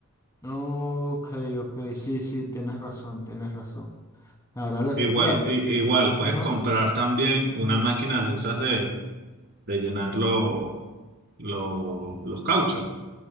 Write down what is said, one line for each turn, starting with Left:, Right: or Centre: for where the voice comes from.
Left: Ok, ok, sí, sí, tienes razón, tienes razón. Ahora lo siguiente.
Right: Igual, i- igual, puedes
Left: ajá.
Right: comprar también una máquina de esas de, de llenar los los los cauchos,